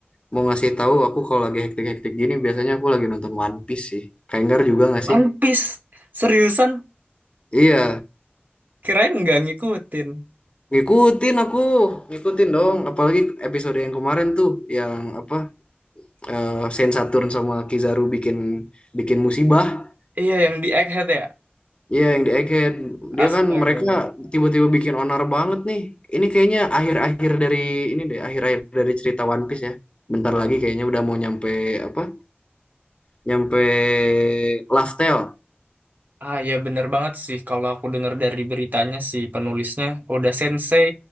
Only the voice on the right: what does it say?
One Piece, seriusan?
Kirain nggak ngikutin.
Iya, yang di Egghead ya?
Astaga.
Ah ya bener banget sih kalau aku dengar dari beritanya si penulisnya Oda Sensei